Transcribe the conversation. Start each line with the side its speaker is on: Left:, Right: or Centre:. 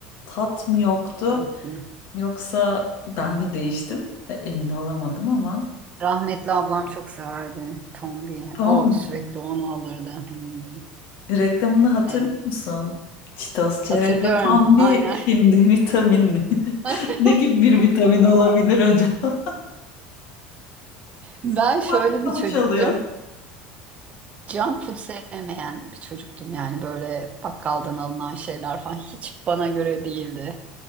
Left: tat mı yoktu?
Right: Tatlı.
Left: Yoksa ben mi değiştim? E, Emin olamadım ama.
Right: Rahmetli ablam çok severdi Tombi'yi.
Left: Tombi.
Right: O sürekli onu alırdı. Hmm.
Left: Reklamını hatırlıyor
Right: E,
Left: musun? Çitos, çerez
Right: hatırlıyorum
Left: ve tombi
Right: aynen.
Left: şimdi vitaminli. <laughs>
Right: <laughs>
Left: Ne gibi bir vitamin olabilir acaba?
Right: Ben
Left: <laughs>
Right: şöyle
Left: Aklımda
Right: bir çocuktum.
Left: mı çalıyor.
Right: Junk food sevmeyen bir çocuktum yani böyle bakkaldan alınan şeyler falan hiç bana göre değildi.